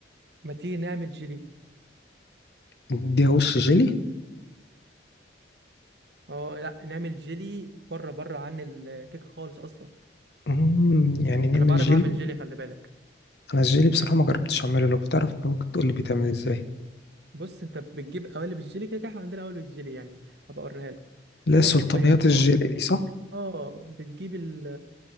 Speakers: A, on the right (about 60°); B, on the left (about 60°).
A: ما تيجي نعمل جيلي
B: نديها وش جيلي
A: اه لا نعمل جيلي بره بره عن الكيك خالص اصلا
B: مم، يعني نعمل
A: انا بعرف
B: جيلي
A: اعمل جيلي خلي بالك
B: انا الجيلي بصراحه ما جربتش اعمله لو بتعرف انت ممكن تقول لي بيتعمل ازاي
A: بص انت بتجيب قوالب الجيلي كده كده احنا عندنا قوالب الجيلي يعني هبقى اوريها لك
B: لا
A: هو
B: سلطانيات
A: حرفيا بيج...
B: الجيلي دي صح
A: اه بتجيب ال